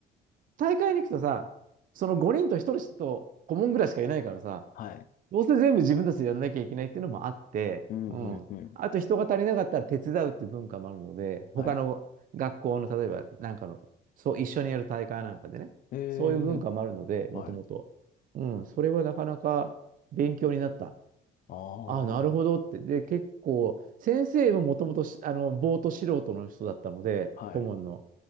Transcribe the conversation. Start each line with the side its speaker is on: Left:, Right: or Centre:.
Right: 大会に行くとさ、その5人と1人と顧問ぐらいしかいないからさ、
Left: はい。
Right: どうせ全部自分たちでやらなきゃいけないっていうのもあって、
Left: うん、
Right: うん。
Left: うん、うん。
Right: あと人が足りなかったら手伝うっていう文化もあるので、他の学校の例えばなんかの、
Left: はい。
Right: そう、一緒にやる大会なんかでね、
Left: え
Right: そういう文化もあるので、
Left: ー、
Right: もともと。
Left: はい。
Right: うん、それはなかなか勉強になった。
Left: ああ、
Right: あ、なるほどって。で、結構、先生ももともとし、あの、ぼーっと素人の人だったので、
Left: はい。
Right: 顧問の。